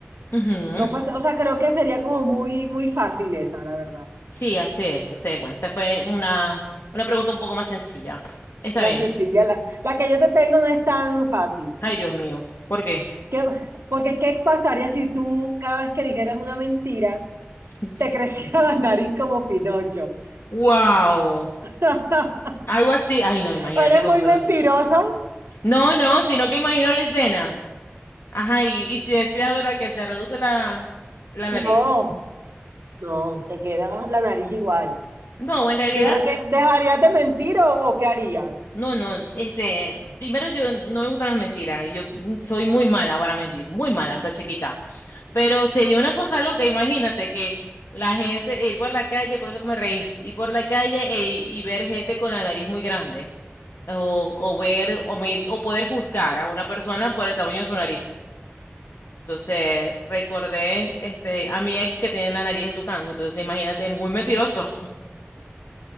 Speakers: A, on the left (about 70°); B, on the right (about 75°).
A: Ujú.
B: no pasa, o sea, creo que sería como muy, muy fácil esa, la verdad.
A: Sí, así es. Entonces, bueno, esa fue una, una pregunta un poco más sencilla. Está
B: La
A: bien.
B: sencilla, la, la que yo te tengo no es tan fácil.
A: Ay, Dios mío. ¿Por qué?
B: ¿Qué- porque ¿qué pasaría si tú cada vez que dijeras una mentira
A: <laughs>
B: te <laughs> creciera la nariz como Pinocho?
A: Wow.
B: <laughs>
A: Algo así. Ay, no, imagínate
B: ¿O eres
A: cómo
B: muy
A: penoso.
B: mentiroso?
A: No, no, sino que imagino la escena. Ajá, y, y si decía, ¿verdad? Que se reduce la, la
B: No,
A: nariz.
B: no, te queda la nariz igual.
A: No, en realidad,
B: Yo creo que dejarías de mentir o, o qué harías.
A: no, no. Este, primero yo no me gustan las mentiras. y Yo soy muy mala para mentir, muy mala, hasta chiquita. Pero sería una cosa loca, imagínate que la gente, ir por la calle, por eso que me reí, ir por la calle e- y ver gente con la nariz muy grande. O, o ver, o, medir- o poder juzgar a una persona por el tamaño de su nariz. Entonces recordé este, a mi ex que tiene la nariz de tucán. Entonces imagínate, muy mentiroso.